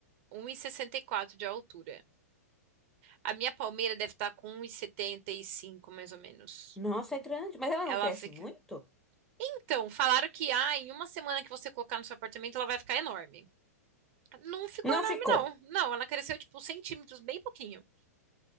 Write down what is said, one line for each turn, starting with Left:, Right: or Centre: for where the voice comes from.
Right: 1,64 de altura. A minha palmeira deve estar com 1,75 mais ou menos.
Centre: Nossa, é grande, mas ela
Right: Ela
Centre: não cresce
Right: fica.
Centre: muito?
Right: Então, falaram que ah, em uma semana que você colocar no seu apartamento, ela vai ficar enorme. Não ficou
Centre: Não
Right: enorme,
Centre: ficou.
Right: não. Não, ela cresceu tipo centímetros, bem pouquinho.